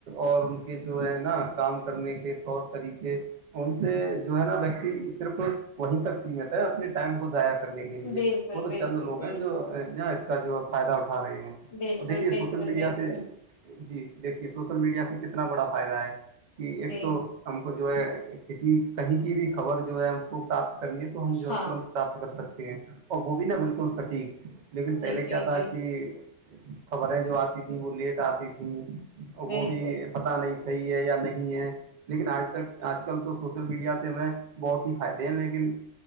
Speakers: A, on the right (about 60°); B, on the left (about 70°).
A: اور ان جو ہے نا کام کرنے کے طور طریقے ان سے جو ہے نا ویکتی صرف وہیں تک سیمت ہے اپنے ٹائم کو ضائع کرنے کے لیے
B: بالکل
A: وہ تو
B: بالکل
A: چند لوگ
B: بالکل
A: ہیں جو ن اس کا جو ہے فائدہ اٹھا رہے ہیں
B: بالکل
A: دیکے
B: بالکل
A: سوشل میڈیا
B: بالکل،
A: سے جی دیکھیے سوشل میڈیا سے کتنا بڑا فائدہ ہے کہ ایک
B: جی
A: تو ہم کو جو ہے کسی کہیں کی بھی خبر جو ہے ہم کو پراپت کرنی ہے تو ہم جو ہے
B: ہاں
A: ترنت پراپت کر سکتے ہیں اور وہ بھی نا بالکل سٹیک لیکن
B: جی
A: پہلے کیا
B: جی
A: تھا
B: جی
A: کہ خبریں جو آتی تھیں وہ لیٹ آتی تھیں
B: بالکل
A: وہ بھی پتا نہیں صحیح ہے یا نہیں ہے لیکن آج تک آج کل تو سوشل میڈیا سے ہمیں بہت ہی فائدے ہیں لیکن